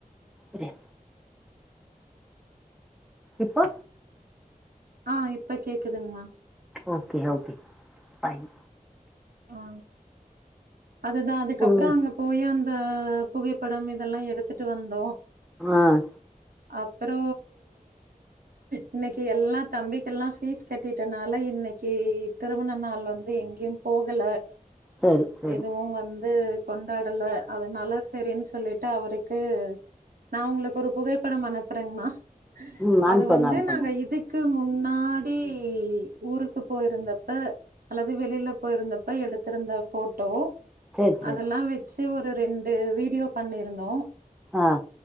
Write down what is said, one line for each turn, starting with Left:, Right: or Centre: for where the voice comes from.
Centre: இரு இப்போ
Right: ஆஹா இப்ப கேக்குதுங்ம்மா
Centre: ஓக்கே ஓக்கே ஸ்பயின்
Right: ஆ அதுதா அதுக்கப்புற
Centre: ம்
Right: அங்கு போய்யாம் அ புகைப்படம் இதெல்லா எடுத்துட்டு வந்தோ
Centre: ஆஹ்
Right: அப்புறோ இன்னைக்கு எல்லா தம்பிக்க எல்லா ஃபீஸ் கட்டிட்டனால இன்னைக்கு திருமண நாள் வந்து எங்கியும் போகல
Centre: சேரி சேரி
Right: எதுவு வந் து கொண்டாடல அதனால செரின் சொல்லிட்டு அவுருக்கு நா உங்குளுக் ஒரு புகைப்படம் அனுப்புறங்மா
Centre: ம் அனுப்புங்க
Right: அத வந்து
Centre: அனுப்புங்க
Right: நாங்க இதுக் கு முன்னாடி ஊருக்கு போயிருந்தப்ப அல்லது வெளியில போயிருந்தப்ப எடுத்திருந்த ஃபோட்டோ
Centre: சேரி சேரி
Right: அதல்லா வெச்சு ட்டு ஒரு ரெண்டு வீடியோ பண்ணிருந்தோ
Centre: அ